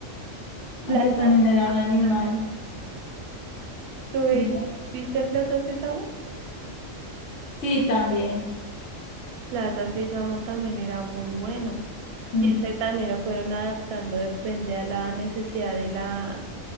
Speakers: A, on the left; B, on the right.
A: aunque
B: Plaza
A: también
B: Sésamo
A: era un animal.
B: también. ¿Tú veis-
A: Dime.
B: viste Plaza Sésamo?
A: Sí, también.
B: Plaza Sésamo también era muy bueno.
A: Mm,
B: Y ese también lo fueron adaptando, depende a la necesidad de la,